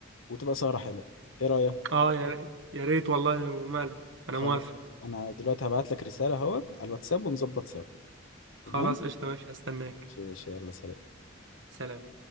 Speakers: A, on the left; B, on the right.
A: وتبقى سهرة حلوة ايه رأيك
B: أه يا ريت يا ريت والله وماله أنا
A: خلاص
B: موافق
A: انا دلوقتي هبعت لك رسالة اهوت على الواتساب ونظبط سوا تمام
B: خلاص قشطة ماشي هستناك
A: ماشي يلا سلام
B: سلام